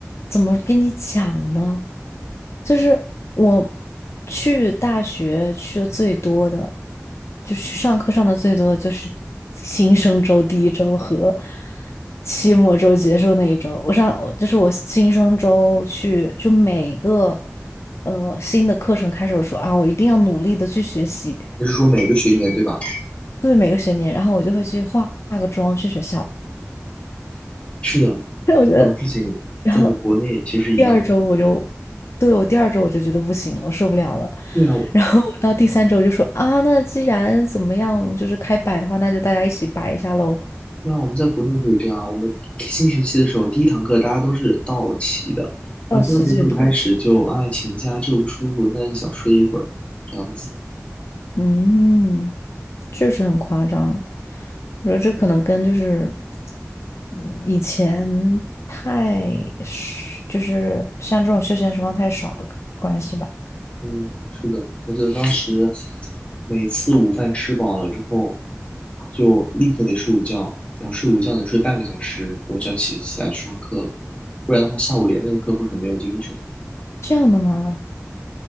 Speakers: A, on the left; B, on the left.
A: 怎么跟你讲呢？就是我去大学去的最多的，就是上课上的最多的就是新生周第一周和期末周结束那一周。我上就是我新生周去，就每个呃新的课程开始，的时候啊，我一定要努力的去学习，
B: 你是说每个学年对吧？
A: 对每个学年，然后我就会去化化个妆去学校。
B: 是的，
A: 但我觉得，
B: 这种事情在国内其实是一样的。
A: 然后第二周我就，对，我第二周我就觉得不行了，我受不了了。
B: 对啊，
A: 然后我到第三周我就说啊，那既然怎么样，就是开摆的话，那就大家一起摆一下喽。
B: 对啊，我们在国内可以这样啊。我们新学期的时候，第一堂课大家都是到齐的，
A: 到齐最多的，
B: 然后第二节课开始就啊请假，这个不舒服，那个想睡一会儿，这样子。
A: 嗯，确实很夸张。我觉得这可能跟就是，嗯以前太是就是像这种休闲时光太少的关系吧。
B: 嗯，是的，我记得当时每次午饭吃饱了之后，就立刻得睡午觉，然后睡午觉能睡半个小时，我就要起起来去上课了，不然的话下午连着的课会很没有精神，
A: 这样的吗？